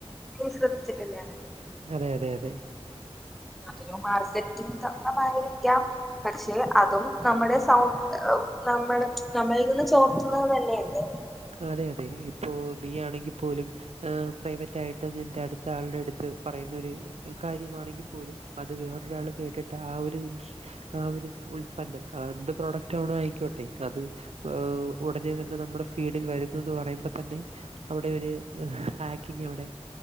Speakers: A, in the centre; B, on the right.
A: നീ ശ്രദ്ധിച്ചിട്ടില്ലാ
B: അതെ അതെ അതെ
A: അതൊരു മാർക്കറ്റിംഗ് തന്ത്രമായിരിക്കാം പക്ഷെ അതും നമ്മുടെ സൗണ്ട് നമ്മള് നമ്മളിൽ നിന്ന് ചോർത്തുന്നത് തന്നെയല്ലേ
B: അതെ അതെ ഇപ്പോ നീ ആണെങ്കിൽ പോലും ആഹ് പ്രൈവറ്റായിട്ട് നിന്റെ അടുത്ത് ആളുടെ അടുത്ത് പറയുന്നൊരു കാര്യമാണെങ്കിൽ പോലും അത് വേറൊരാള് കേട്ടിട്ട് ആ ഒരു ആഹ് ഒരു ഉൽപന്നം അത് എന്ത് പ്രോഡക്റ്റ് ആവണോ ആയിക്കോട്ടെ അത് ഉടനെ തന്നെ നമ്മുടെ ഫീഡിൽ വരുന്നൂന്ന് പറയുമ്പോ തന്നെ അവിടെ ഒരു ഹാക്കിങ് അവിടെ